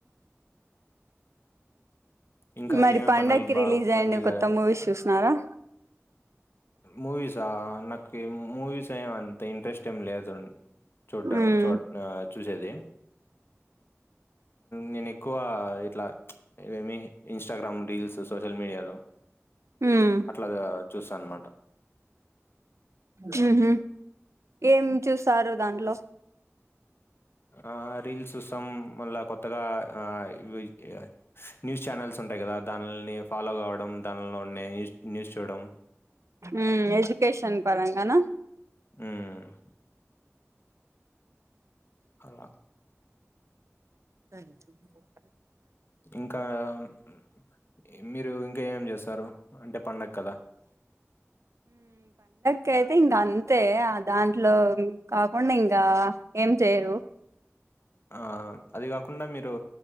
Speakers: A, on the left (about 50°); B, on the right (about 70°).
A: ఇంకా
B: మరి
A: ఏమేం
B: పండక్కి
A: పండుగలు బాగా
B: రిలీజ్ అయిండే
A: మంచిగా
B: కొత్త మూవీస్ చూసినార
A: మూవీసా నాక్ ఈ మూవీస్ ఏవి అంత ఇంట్రెస్ట్ ఏమి లేదు. చూడ్డం
B: ఉమ్
A: చుట్నా చూసేది నేను ఎక్కువ ఇట్లా ఏమి ఇన్స్టాగ్రామ్ రీల్స్ సోషల్ మీడియాలో
B: ఉమ్
A: అట్లా చూస్తా అనమాట
B: వుహుమ్ ఏం చూస్ స్తారు దాంట్లో
A: ఆ రీల్స్ చూస్తాం మళ్ళా కొత్తగా ఆ ఇ <unintelligible> న్యూస్ ఛానల్స్ ఉంటాయి కదా దాన్నీలని ఫాలో గావడం దానిలలో ఉండె న్యూస్ న్యూస్ చూడడం ద
B: ఉమ్మ్ ఎజుకేషన్ పరంగానా
A: ఉమ్మ్ అలా
B: <unintelligible>
A: ఇంకా. ఉహ్మ్. ఏం మీరు ఇంకా ఏమేమి జేస్తారు? అంటే పండకదా. !
B: కైతే ఇంగంతే ఆ దాంట్లో కాకుండా ఇంగా ఏం చెయిరు.
A: ఆ అది గాకుండా మీరు